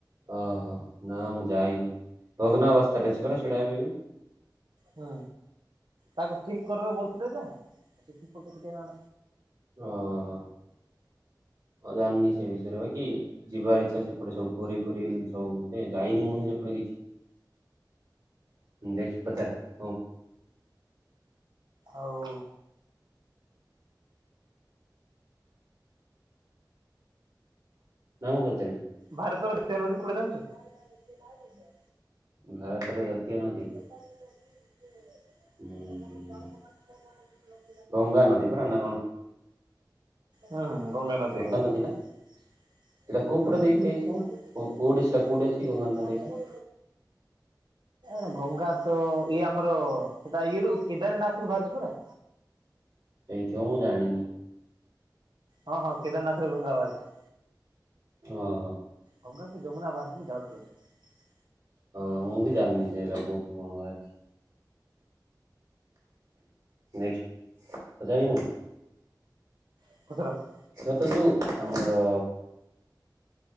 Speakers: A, on the right; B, on the right.
A: ଓହୋ ନାଁ ମୁଁ ଯାଇନି ଭଗ୍ନା ଅବସ୍ଥାରେ ଅଛି ପରା ଛିଡା ହେବିବି।
B: ହୁଁ ତାକୁ ଠିକ୍ କରିବ କୋଉଥିଲେ ଯେ
A: ଓହୋ ମୁଁ ଜାଣିନି ସେ ବିଷୟରେ ବାକି। ଯିବାର ଇଚ୍ଛା ସେପଟେ ସବୁ ପୁରୀ ଫୁରୀ ସବୁ ମୁଁ ଯାଇନି ହିଁ ସେପଟେ କିଛି। <inaudible>
B: ଆଉ
A: ନାଁ ମୁଁ ପଚାରିବି।
B: ଭାରତର ଜାତୀୟ ନଦୀ କୋଉଟା ଜାଣିଚ କି? <inaudible>
A: ଭାରତର ଜାତୀୟ ନଦୀ
B: <unintelligible>
A: ହୁଁ ଗଙ୍ଗା ନଦୀ ପରା ନାଁ କଣ?
B: ହଁ ଗସଙ୍ଗା ନଦୀ।
A: ଗଙ୍ଗା ନା
B: ହଁ
A: ସେଇଟା କୋଉ ପଟେ ଦେଇକି ଯାଇଛି ମୁଁ କୋ କୋଉଠି ସେଇଟା କୋଉଠି ଅଛି ଗଙ୍ଗା ନଦୀଟା
B: ଏ ଗଙ୍ଗା ତ ଇଏ ଆମର <unintelligible> କେଦାରନାଥ ରୁ ବାହାରିଚି ପରା।
A: ହେଇଥିବ ମୁଁ ଜାଣିନି।
B: ହଁ ହଁ କେଦାରନାଥ ରୁ ଗଙ୍ଗା ବାହାରିଚି।
A: ଓହୋ
B: ଗଙ୍ଗା କି ଯମୁନା ବାହାରିଚି ଡାଉଟ୍ ରେ ଅଛି।
A: ହଁ ମୁଁ ବି ଜାଣିନି ସେ ଇରା କୋଉଠୁ କଣ ବାହାରିଚି। ନେକ୍ସ୍ତ୍ ତୁ ଯାଇନୁ?
B: <unintelligible>
A: ଯତ ସବୁ ଆମର